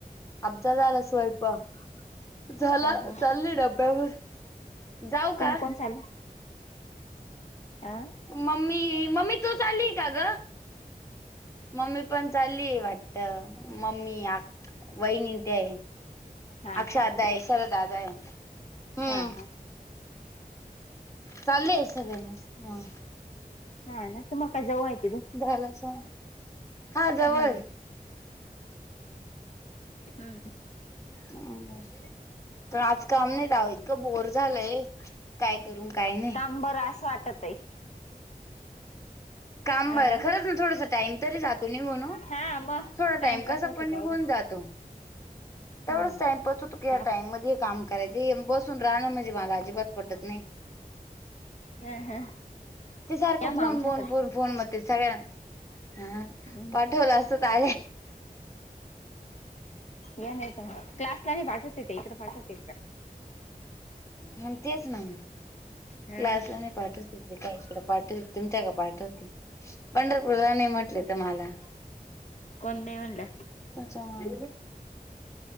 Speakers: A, on the left; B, on the left.
A: आमचा झाला स्वयंपाक झाला
B: हा हा
A: चालली डब्यावर. जाऊ
B: कोण
A: का?
B: कोण चाललय आं.
A: मम्मी मम्मी तू चाली का ग. मम्मी पण चाललीय वाटत मम्मी याक वईनिंतेय.
B: हा
A: अक्षधाय
B: का
A: शरदा दाय हम्म.
B: हा हा
A: चाले आहे सगळे म ह.
B: हा ना तुम्हाला काय जवळ आहे तिथून
A: झाला स हा जवळ
B: हम्म हम्म
A: बर पण आज काम नाही दव इतकं बोर झालंय. काय करून काही नाही.
B: ंबर असं वाटत आहे.
A: काम
B: अं,
A: बरं खरंच ना थोडस टाइम तरी जातो निघण
B: हा मग
A: थोडा
B: टाइमपास
A: टाइम कसा
B: होतो
A: पण
B: तेवढाच
A: निघून जातो. तेवढच
B: हम्म
A: टामपसू तू ह्या
B: ताप.
A: टाईमध्येम करायची बसून राहं म्हणजे मला अजिबात पटत नाही.
B: हम हा
A: ते सारखं
B: या मा
A: फोन
B: आमच्याकडे
A: फोन फोन फोन म सगळ्यांना ह
B: हं,
A: पाठवलं अस आ
B: या नाही का म क्लासला नाही पाठवत येते इकड पाठवतील का
A: हम तेच ना ना
B: हा
A: क्लासला नाही पाठवते ते काहीकडे पाठवते तुमच्या का पाठवते. पंढरपूरला नाही म्हटले तर मला
B: कोण नाही म्हणलं.
A: त्याच्यामुळे